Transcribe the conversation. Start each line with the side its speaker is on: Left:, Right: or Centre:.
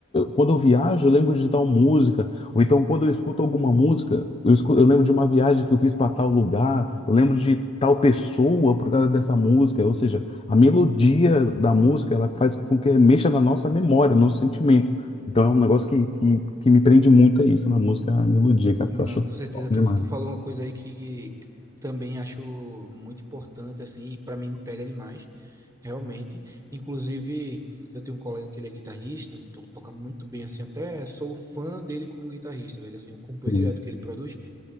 Left: quando eu viajo, eu lembro de tal música, ou então quando eu escuto alguma música, eu, escu- eu lembro de uma viagem que eu fiz para tal lugar, eu lembro de tal pessoa por causa dessa música, ou seja, a melodia da música, ela faz com que mexa na nossa memória, no nosso sentimento. Então é um negócio que, que, que me prende muito a isso na música, a melodia, cara,
Right: Não,
Left: que eu acho
Right: com certeza.
Left: top
Right: Tu,
Left: demais.
Right: tu falou uma coisa aí que, que também acho muito importante, assim, e para mim me pega demais, realmente. Inclusive, eu tenho um colega que ele é guitarrista, to- toca muito bem, assim, até sou fã dele como guitarrista, velho, assim, eu acompanho
Left: Sim.
Right: direto o que ele produz.